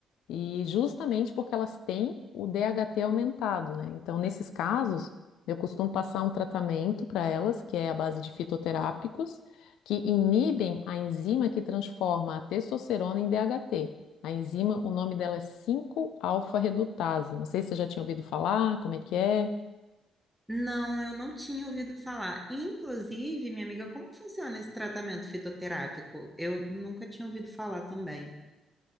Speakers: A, on the left; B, in the centre.
A: E justamente porque elas têm o DHT aumentado, né? Então, nesses casos, eu costumo passar um tratamento para elas, que é a base de fitoterápicos, que inibem a enzima que transforma a testosterona em DHT. A enzima, o nome dela é cinco alfa redutase Não sei se você já tinha ouvido falar, como é que é?
B: Não, eu não tinha ouvido falar. Inclusive, minha amiga, como funciona esse tratamento fitoterápico? Eu nunca tinha ouvido falar também.